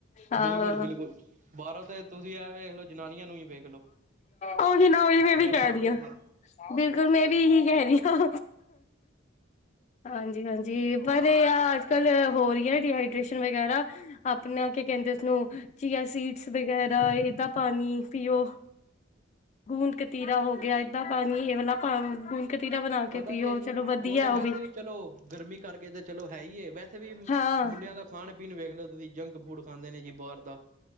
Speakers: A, on the left; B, on the right.
A: ਹਾਂ
B: ਬਿਲਕੁਲ-ਬਿਲਕੁਲ, ਬਾਰੋਂ ਤਾਂ ਤੁਸੀਂ ਐ ਵੇਖ ਲਓ, ਜਨਾਨੀਆਂ ਨੂੰ ਈ ਵੇ
A: ਓਹੀ ਨਾ ਓਹੀ ਮੈਂ ਵੀ ਕੈ
B: ਭਾਵੇਂ
A: ਰਈ ਆਂ,
B: ਅੰਦਰ
A: ਬਿਲਕੁਲ ਮੈਂ ਵੀ ਏਹੀ ਕੈ ਰਈ ਆਂ। ਹਾਂਜੀ-ਹਾਂਜੀ, ਪਰ ਏ ਆ ਅੱਜ-ਕੱਲ ਹੋ ਰਈ ਐ ਡੀਹਾਈਡ੍ਰੇਸ਼ਨ ਵਗੈਰਾ, ਆਪਨਾ ਕੀ ਕੈਂਦੇ ਉਸਨੂੰ ਚੀਆ ਸੀਡਸ ਵਗੈਰਾ, ਏਦਾ ਪਾਨੀ ਪੀਓ, ਗੂੰਦ ਕਤੀਰਾ ਹੋ ਗੇਆ ਏਦਾ ਪਾਨੀ ਏ ਵਾਲਾ ਪਾਨੀ ਪੀ ਕਤੀਰਾ ਬਨਾ ਕੇ
B: ਪਤਾ
A: ਪੀਓ,
B: ਕੀ ਹੈ ਜੀ
A: ਚਲੋ ਵਦੀਆ
B: ਉਹ ਤੇ
A: ਓ
B: ਵੈਸੇ
A: ਵੀ।
B: ਚਲੋ, ਗਰਮੀ ਕਰਕੇ ਤੇ ਚਲੋ ਹੈ ਈ ਏ ਵੈਸੇ ਵੀ
A: ਹਾਂ
B: ਮੁੰਡੇਆਂ ਦਾ ਖਾਨ-ਪੀਨ ਵੇਖ ਲੋ ਤੁਸੀਂ ਜੰਕ ਫੂਡ ਖਾਂਦੇ ਨੇ ਜੀ ਬਾਰ ਦਾ।